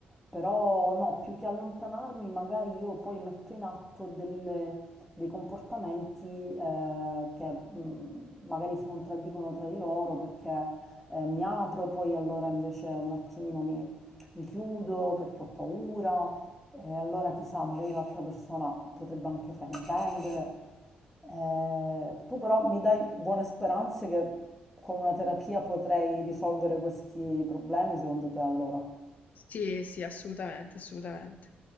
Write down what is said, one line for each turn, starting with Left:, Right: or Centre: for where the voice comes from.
Centre: Però no, più che allontanarmi, magari io poi metto in atto delle- dei comportamenti eh, che mh, magari si contraddicono tra di loro perché eh, mi apro, poi allora invece un attimino mi, mi chiudo perché ho paura, e allora chissà, magari l'altra persona potrebbe anche fraintendere. Eh, tu però mi dai buone speranze che con una terapia potrei risolvere questi problemi, secondo te allora?
Left: Sì, sì, assolutamente, assolutamente.